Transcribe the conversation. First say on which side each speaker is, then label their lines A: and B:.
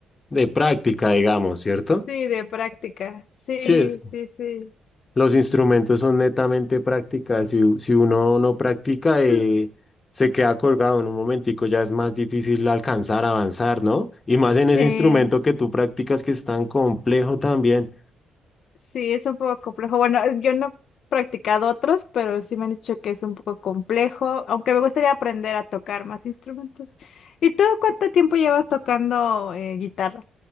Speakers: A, on the left; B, on the left.
A: De práctica, digamos, ¿cierto?
B: Sí, de práctica. Sí,
A: Sí, es.
B: sí, sí.
A: Los instrumentos son netamente prácticas. Si, u- si uno no practica, eh,
B: <clears throat>
A: se queda colgado en un momentico, ya es más difícil alcanzar, avanzar, ¿no? Y más en
B: Sí,
A: ese instrumento que tú practicas que es tan complejo también.
B: sí, es un poco complejo. Bueno, yo no he practicado otros, pero sí me han dicho que es un poco complejo, aunque me gustaría aprender a tocar más instrumentos. ¿Y tú cuánto tiempo llevas tocando eh, guitarra,